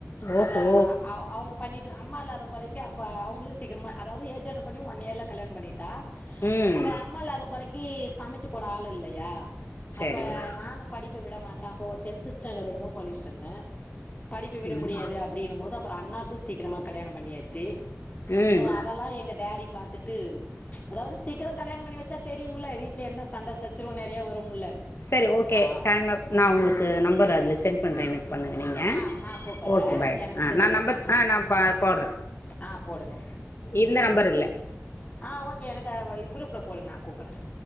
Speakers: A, on the left; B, on the left.
A: ஓஹோ
B: அப்புறம் அவங்க பண்ணிட்டு அம்மா இல்லத குறைக்க அப்ப அவங்களும் சீக்கிரமா அதாவது ஏஜ் அட்டென்ட் பண்ணி ஒன் இயர்ல கல்யாணம் பண்ணிட்டா
A: ம்
B: அப்புறம் அம்மா இல்லாத குறைக்க கி சமைச்சு போட ஆள் இல்லையா
A: சரி
B: அப்ப
A: ஓகே
B: நானும் படிப்ப விட மாட்ட அப்போ ஒரு டென்த் ஸ்டண்டர்ட் என்னமோ படிச்சட்டு இருந்த படிப்ப விட
A: ம்
B: முடியாது அப்படின் போது அப்புறம் அண்ணாக்கும் சீக்கிரமாக கல்யாணம் பண்ணியாச்சு
A: ம்
B: சோ அதெல்லாம் எங்க டட்டி பார்த்தட்டு அதாவது சீக்கிரம் கல்யாணம் பண்ணி வச்சா தெரியும்ல வீட்டல என்ன சண்ட சச் சிரம் நிறைய வரும்ல
A: சரி ஓகே
B: ஆ
A: டைம் அப்
B: ம்
A: நா உங்களுக்கு நம்பர் அதில்ல சென்ட் பண்ணுறே எனக் பண்ணுங்க நீங்க
B: ஆ நா கூப்பட்றே
A: ஓகே பை
B: எனக்கு சென்ட்
A: நா
B: பண்ணுங்க
A: நம்பர் ஆ நா போடுறே
B: ஆ போடுங்க
A: இந்த நம்பர் இல்ல
B: ஆ ஓகே எனக்கு குரூப்ல போடுங்க நா கூப்படுறே